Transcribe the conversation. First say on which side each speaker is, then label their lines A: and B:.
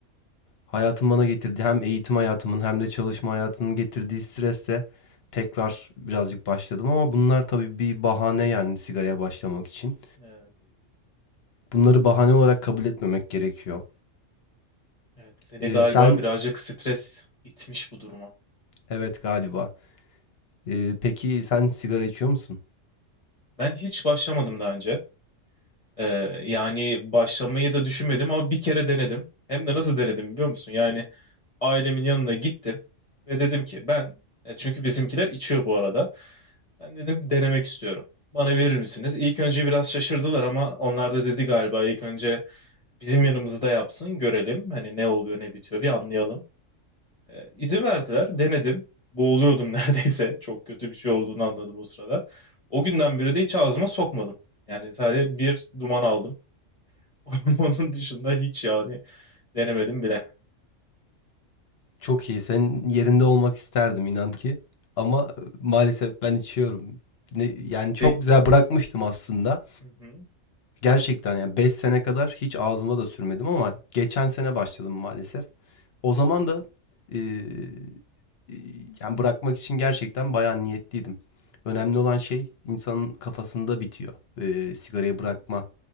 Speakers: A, on the left; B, on the left.
A: hayatın bana getirdi hem eğitim hayatımın hem de çalışma hayatının getirdiği stresle tekrar birazcık başladım ama bunlar tabii bir bahane yani sigaraya başlamak için.
B: Evet.
A: Bunları bahane olarak kabul etmemek gerekiyor.
B: Evet, seni
A: Eee,
B: galiba
A: sen
B: birazcık stres itmiş bu duruma.
A: Evet, galiba. Eee, peki sen sigara içiyor musun?
B: Ben hiç başlamadım daha önce. Ee, yani başlamayı da düşünmedim ama bir kere denedim. Hem de nasıl denedim biliyor musun? Yani ailemin yanına gittim ve dedim ki ben e, çünkü bizimkiler içiyor bu arada. Ben dedim denemek istiyorum. Bana verir misiniz? İlk önce biraz şaşırdılar ama onlar da dedi galiba ilk önce bizim yanımızda yapsın görelim. Hani ne oluyor ne bitiyor bir anlayalım. Ee, izin verdiler denedim. Boğuluyordum <laughs> neredeyse. Çok kötü bir şey olduğunu anladım o sırada. O günden beri de hiç ağzıma sokmadım. Yani sadece bir duman aldım. <laughs> Onun dışında hiç yani denemedim bile.
A: Çok iyi. Senin yerinde olmak isterdim inan ki ama maalesef ben içiyorum. Ne yani çok
B: Peki,
A: güzel bırakmıştım aslında.
B: hı hı,
A: Gerçekten yani 5 sene kadar hiç ağzıma da sürmedim ama geçen sene başladım maalesef. O zaman da, eee, iii, yani bırakmak için gerçekten bayağı niyetliydim. Önemli olan şey insanın kafasında bitiyor, eee, sigarayı bırakma